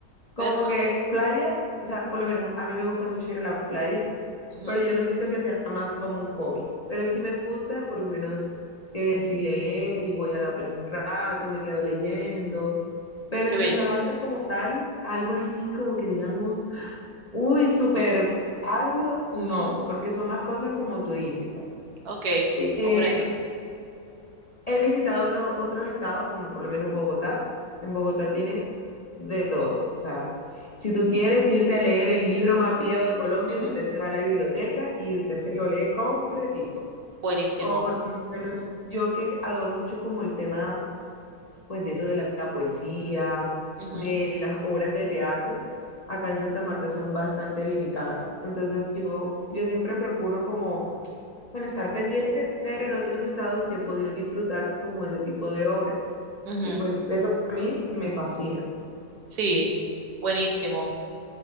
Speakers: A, on the left; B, on the right.
A: Como
B: ¿Verdad?
A: que playa, o sea, por lo menos a mí me gusta mucho ir a la playa
B: Ujú,
A: pero yo no siento que sea más como un hobby. Pero sí me gusta, por lo menos, que si leer y voy a la playa un rato y me quedo leyendo. Pero
B: Qué
A: en
B: bello.
A: Santa Marta como tal, algo así como que digamos, uy, súper, hazlo, no,
B: Ujú,
A: porque son más cosas como turísticas.
B: Ok,
A: Eh,
B: comprendo.
A: He visitado otro- otros estados, como por lo menos Bogotá. En Bogotá tienes de todo. O sea, si tú quieres irte a leer el libro más viejo de Colombia,
B: Ujú,
A: usted se va a la biblioteca y usted se lo lee completito.
B: Buenísimo.
A: O por lo menos yo que adoro mucho como el tema, pues de eso de la, la poesía,
B: Ujú,
A: de las obras de teatro, acá en Santa Marta son bastante limitadas. Entonces yo, yo siempre procuro como bueno, estar pendiente, pero en otros estados sí he podido disfrutar como ese tipo de obras.
B: ujú,
A: Y pues eso para mí me fascina.
B: Sí, buenísimo.